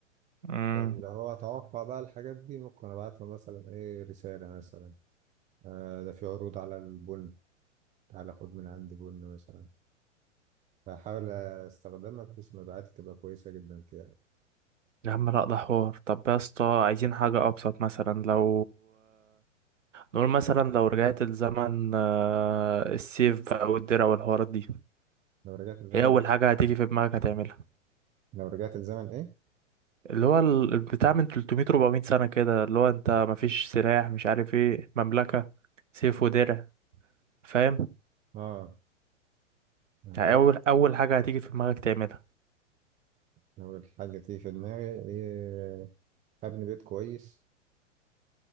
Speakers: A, on the right; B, on the right.
A: امم
B: اللي هو اتوقع بقى الحاجات دي ممكن ابعت له مثلا ايه رسالة مثلا آه ده في عروض على البن تعالى خد من عندي بن مثلا فاحاول استخدمها بحيث مبيعاتي تبقى كويسة جدا كده يعني.
A: يا عم لا ده حوار طب يا اسطى عايزين حاجة أبسط مثلا لو نقول مثلا لو رجعت الزمن آه، السيف بقى والدرع والحوارات دي
B: لو رجعت الزمن
A: ايه اول حاجه هتيجي في دماغك هتعملها
B: لو رجعت الزمن ايه
A: اللي هو ال- البتاع من 300 400 سنه كده اللي هو انت مفيش سلاح مش عارف ايه مملكه سيف ودرع فاهم
B: اه غلط
A: يعني اول اول حاجه هتيجي في دماغك تعملها
B: لو الحاجة تيجي في دماغي ايه ابني بيت كويس